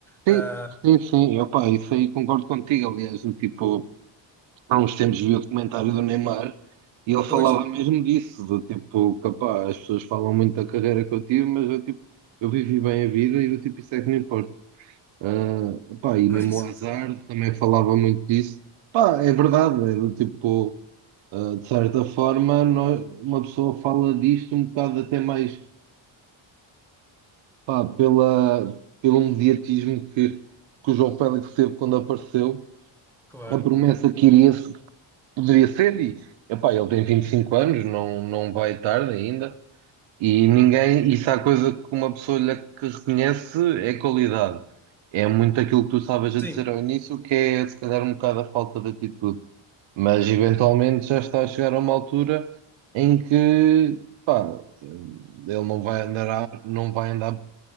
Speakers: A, on the right (about 65°); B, in the centre.
A: sim,
B: Ah,
A: sim, sim, opá, isso aí concordo contigo, aliás, do tipo. Há uns tempos vi o documentário do Neymar e ele falava
B: pois,
A: mesmo disso, do tipo, capaz, as pessoas falam muito da carreira que eu tive, mas eu, tipo, eu vivi bem a vida e do tipo, isso é que não importa. Ah, pá, e
B: <laughs>
A: mesmo
B: exatamente,
A: o azar também falava muito disso. Pá, é verdade, é do tipo, ah, de certa forma, nós- uma pessoa fala disto um bocado até mais, pá, pela, pelo mediatismo que, que o João Félix teve quando apareceu.
B: claro.
A: A promessa que iria, Poderia ser, e epá, ele tem 25 anos, não, não vai tarde ainda, e ninguém, isso se há coisa que uma pessoa lhe que reconhece é qualidade. É muito aquilo que tu estavas a dizer
B: Sim,
A: ao início, que é se calhar um bocado a falta de atitude. Mas eventualmente já está a chegar a uma altura em que pá, ele não vai andar a, não vai andar